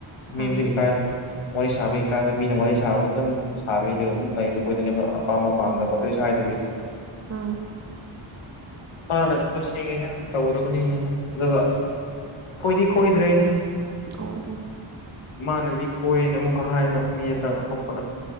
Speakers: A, on the left; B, on the right.
A: ꯃꯤꯕꯨꯖꯨ
B: ꯑꯥ
A: ꯏꯀꯥꯏꯕ ꯋꯥꯔꯤ ꯁꯥꯕꯒꯤ ꯀꯥꯏꯕ ꯃꯤꯅ ꯋꯥꯔꯤ ꯁꯥꯕꯗ ꯑꯗꯨꯝ ꯁꯥꯕꯤꯔꯒ ꯑꯗꯨꯝ ꯂꯩꯕ ꯑꯈꯣꯏꯗꯅꯦꯕ ꯄꯥꯝꯕ ꯄꯥꯝꯗꯕ
B: ꯑꯣ
A: ꯀꯔꯤꯁꯨ ꯍꯥꯏꯗꯕꯤ
B: ꯑꯥ
A: ꯃꯥꯅ ꯀꯣꯏꯁꯦꯒ ꯌꯥꯝ ꯇꯧꯔꯕꯅꯤꯅꯦ ꯑꯗꯨꯒ ꯀꯣꯏꯗꯤ ꯀꯣꯏꯗ꯭ꯔꯦ ꯑꯩꯗꯤ
B: ꯑꯣ ꯑꯣ
A: ꯃꯥꯅꯥꯗꯤ ꯀꯣꯏꯅ ꯑꯃꯨꯛꯀ ꯍꯥꯏꯕ ꯃꯤ ꯑꯇ ꯑꯇꯣꯞꯄꯗ